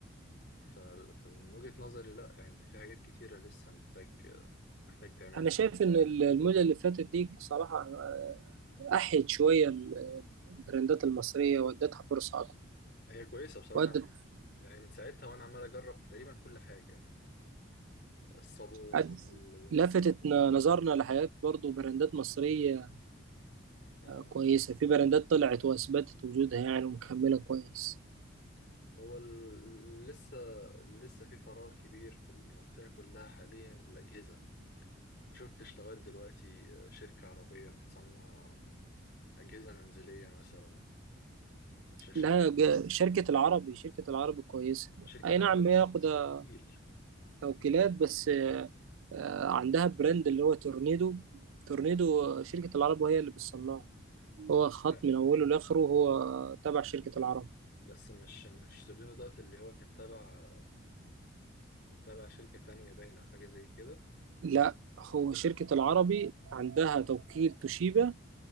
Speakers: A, on the left; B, on the right.
A: ف- فمن وجهة نظري لأ يعني أنت في حاجات كتيرة لسه محتاج آه، محتاج تعملها
B: أنا شايف إن ال- المدة اللي فاتت دي صراحة آه، أحيت شوية ال- آه، البراندات المصرية وادتها فرصة أكبر
A: هي كويسة بصراحة
B: وادت
A: أنا يعني من ساعتها وأنا عمال أجرب تقريبا كل حاجة الصابون
B: عد-
A: وال- والمسحوق
B: لفتت ن- نظرنا لحاجات برضو براندات مصرية
A: اه
B: كويسة في براندات طلعت وأثبتت وجودها يعني ومكملة كويس
A: هو ال- لسه لسه في فراغ كبير في المنطقة كلها حاليا الأجهزة ما شفتش لغاية دلوقتي شركة عربية بتصنع أجهزة منزلية مثلا شاشات
B: لا ج- شركة العربي شركة العربي كويسة
A: شركة
B: أي
A: العاب
B: نعم هي واخدة
A: ده بتقيل
B: توكيلات بس آه، آه، عندها براند اللي هو تورنيدو تورنيدو آه، شركة العرب وهي اللي بتصنعه هو خط
A: لا.
B: من أوله لآخره هو تبع شركة العرب
A: بس مش مش تورينو دوت اللي هو كان تبع كان تبع شركة تانية باينة أو حاجة زي كده
B: لا هو شركة العربي عندها توكيل توشيبا